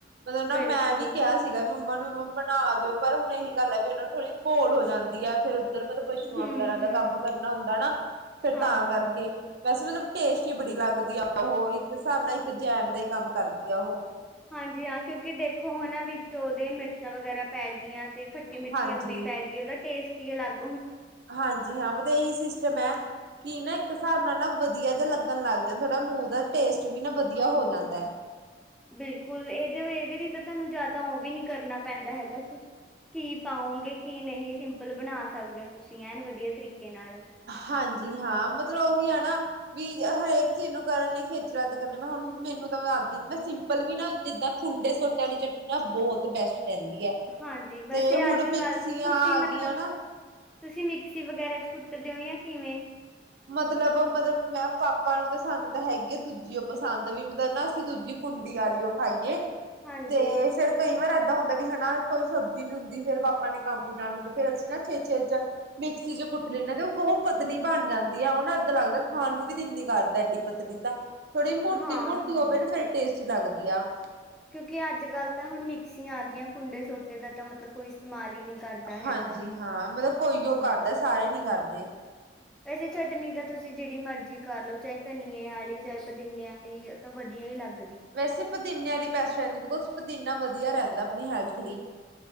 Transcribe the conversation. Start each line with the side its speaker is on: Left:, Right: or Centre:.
Right: ਮਤਲਬ ਨਾ
Centre: ਬਿਲਕੁਲ
Right: ਮੈਂ ਵੀ ਕਿਹਾ ਸੀਗਾ ਵੀ ਮੰਮਾ ਨੂੰ ਬਣਾ ਦਿਓ ਪਰ ਹੁਣ ਇਹੀ ਗੱਲ ਹੈ ਵੀ ਉਹਨਾਂ ਨੂੰ ਥੋੜ੍ਹੀ ਘੋਲ ਹੋ ਜਾਂਦੀ ਫਿਰ ਉੱਧਰ ਮਤਲਬ ਪਸੂਆਂ
Centre: ਹੂੰ
Right: ਵਗੈਰਾ
Centre: ਹੂੰ
Right: ਦਾ ਕੰਮ ਕਰਨਾ ਹੁੰਦਾ ਨਾ ਫੇਰ
Centre: ਹਾਂ
Right: ਤਾਂ
Centre: ਹਾਂ
Right: ਕਰਕੇ ਵੈਸੇ ਮਤਲਬ ਟੇਸਟ ਹੀ ਬੜੀ ਲੱਗਦੀ ਆ ਉਹ ਇੱਕ ਹਿਸਾਬ ਨਾਲ ਇੱਕ ਜੈਮ ਦਾ ਹੀ ਕੰਮ ਕਰਦੀ ਆ ਉਹ।
Centre: ਹਾਂਜੀ ਹਾਂ ਕਿਉਂਕਿ ਦੇਖੋ ਹਨਨਾਂ ਵਿੱਚ ਉਹਦੇ ਮਿਰਚਾਂ ਵਗੈਰਾ ਪੈ ਗ ਦੀਆਂ ਤੇ ਖੱਟੀ ਮਿੱਠੀ
Right: ਹਾਂਜੀ
Centre: ਅੰਬੀ ਪੈ ਗਈ ਉਹਦਾ ਟੇਸਟ ਤੇ ਲੱਗ-
Right: ਹਾਂਜੀ ਹਾਂ। ਸਿਸਟਮ ਹੈ ਕਿ ਨਾ ਇੱਕ ਹਿਸਾਬ ਨਾਲ ਨਾ ਵਧੀਆ ਜ ਲੱਗਣ ਲੱਗ ਜਾਂਦਾ ਥੋੜਾ ਮੂੰਹ ਦਾ ਟੇਸਟ ਵੀ ਨਾ ਵਧੀਆ ਹੋ ਜਾਂਦਾ ਹੈ।
Centre: ਬਿਲਕੁਲ ਇਹਦੇ-ਇਹਦੇ ਲਈ ਤਾਂ ਤੁਹਾਨੂੰ ਜਿਆਦਾ ਉਹ ਵੀ ਨੀ ਕਰਨਾ ਪੈਂਦਾ ਹੈਗਾ ਕੀ ਪਾਓਗੇ ਕੀ ਨਹੀਂ ਸਿੰਪਲ ਬਣਾ ਸਕਦੇ ਹੋ ਤੁਸੀਂ ਐਨ ਵਧੀਆ ਤਰੀਕੇ ਨਾਲ
Right: ਹਾਂਜੀ ਹਾਂ ਮਤਲਬ ਉਹੀ ਆ ਨਾ ਵੀ ਹਰੇਕ ਚੀਜ਼ ਨੂੰ ਕਰਨ ਲਈ ਖੇਚਲਾਤ ਕਰਨ ਮੈਂ ਹੁਣ ਮੈਨੂੰ ਤਾਂ ਮ ਦੱਸਦੀ ਨ ਮੈਂ ਸਿੰਪਲ ਵੀ ਨਾ ਜਿੱਦਾਂ ਖੁੰਡੈ ਸੋਟੇ ਵਾਲੀ ਚਟਨੀ ਨਾ ਬਹੁਤ ਬੈਸਟ ਰਹਿੰਦੀ ਹੈ
Centre: ਹਾਂਜੀ ਵੈਸੇ
Right: ਤੇ ਹੁਣ
Centre: ਅੱਜ ਕੱਲ
Right: ਮਿਕਸੀਆਂ
Centre: ਤੁਸੀਂ
Right: ਆ
Centre: ਮਤਲਬ
Right: ਗਈਆਂ ਨਾ-
Centre: ਤੁਸੀਂ ਮਿਕਸੀ ਵਗੈਰਾ ਚ ਕੁੱਟਦੇ ਹੋ ਜਾਂ ਕਿਵੇਂ?
Right: ਮਤਲਬ-ਮਤਲਬ ਮੈਂ ਪਾਪਾ ਨੂੰ ਤਾਂ ਸਾਨੂੰ ਤਾਂ ਹੈਗੀ ਆ ਦੂਜੀ ਉਹ ਪਸੰਦ ਵੀ ਮਤਲਬ ਨਾ ਅਸੀਂ ਦੂਜੀ ਕੁੰਡੀ ਆਲੀਓ ਖਾਈਏ।
Centre: ਹਾਂਜੀ
Right: ਤੇ ਫਿਰ ਕਈ ਵਾਰ ਅਜ ਹੁੰਦਾ ਵੀ ਹਨਾ ਕੋਈ ਸਬਜ਼ੀ ਨੀ ਹੁੰਦੀ ਫੇਰ ਬਾਪਾ ਨੇ ਕੰਮ ਤੇ ਜਾਣਾ ਹੁੰਦਾ ਫਿਰ ਅਸੀਂ ਨਾ ਛੇ ਛੇ ਚ ਮਿਕਸੀ ਚ ਕੁੱਟ ਲੈਂਦੇ ਹਾਂ ਤੇ ਉਹ ਬਹੁਤ ਪਤਲੀ ਬਣ ਜਾਂਦ ਵਧ ਉਹ ਨਾ ਇੱਦਾਂ ਲੱਗਦਾ ਖਾਣ ਨੂੰ ਵੀ ਦਿਲ ਨੀ ਕਰਦਾ ਐਡੀ ਪਤਲੀ ਤਾਂ ਥੋੜ੍ਹੀ ਮੋਟੀ-ਮੋਟੀ
Centre: ਹਾਂ ਹਾਂ
Right: ਹੋਵੇ ਨਾ ਫੇਿਰ ਟੇਸਟ ਲੱਗਦੀ ਆ।
Centre: ਕਿਉਂਕਿ ਅੱਜ ਕੱਲ੍ਹ ਤਾਂ ਹੁਣ ਮਿਕਸੀਆਂ ਆ ਗਈਆਂ ਕੁੰਡੇ ਸੋਟੇ ਦਾ ਤਾਂ ਮਤਲਬ ਕੋਈ ਇਸਤੇਮਾਲ ਹੀ ਨਹੀਂ ਕਰਦਾ ਹੈਗਾ।
Right: ਹਾਂਜੀ ਹਾਂ ਮਤਲਬ ਕੋਈ ਉਹ
Centre: ਹੂੰ
Right: ਕਰਦਾ ਸਾਰੇ ਨੀ ਕਰਦੇ ਦੇ
Centre: ਵੈਸੇ ਚਟਨੀ ਦਾ ਤੁਸੀਂ ਜਿਹੜੀ ਮਰਜ਼ੀ ਕਰ ਲਓ ਚਾਹੇ ਧਨੀਏ ਵਾਲੀ ਚਾਹੇ ਪੁਦੀਨੇ ਵਾਲੀ ਤਾਂ ਵਧੀਆ ਹੀ ਲੱਗ
Right: ਵੈਸੇ ਪੁਦੀਨੇ ਵਾਲੀ ਬੈਸਟ ਰਹਿੰਦੀ ਬਿਕੋਜ ਪੁਦੀਨਾ ਵਧੀ ਵਧੀਆ ਰਹਿੰਦਾ ਆਪਣੀ ਹੈਲਥ ਲਈ।